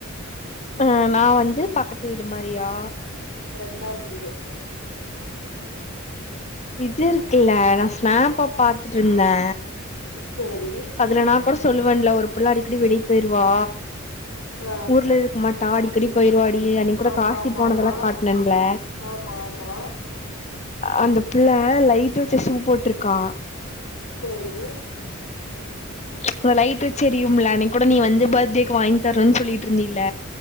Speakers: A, on the left; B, on the left.
A: அஹ நா வந்து பக்கத்து வீடு மாரியா
B: ரெண்டாது வீடு
A: இது இருக்குல்ல நா ஸ்னாப்பா பாத்துட்டு இருந்தே
B: சேரி
A: அதுல நா கூட சொல்லுவேல ஒரு அப்பலாம் அடிக்கடி வெளிய போயிருவா
B: ஆ
A: ஊர்ல இருக்கமாட் டாடி அடிக்கடி போயிருவாட் நீ அன்னக் கூட
B: ஆமா
A: காசி
B: ஆமா
A: போனதெல்லா
B: ஆமா
A: காட்டென்ல
B: ஆமா ஆமா
A: அந்த புள்ள ஆஹ் லைட் வச்ச சூ போட்டுருக்கா
B: செரி
A: ச் இந்த லைட் வச்செரியும்ல அன்ன கூட நீ வந்து பர்த்டேக்கு வாங்கி தரன்னு சொல்லிட்டு இருந்தீல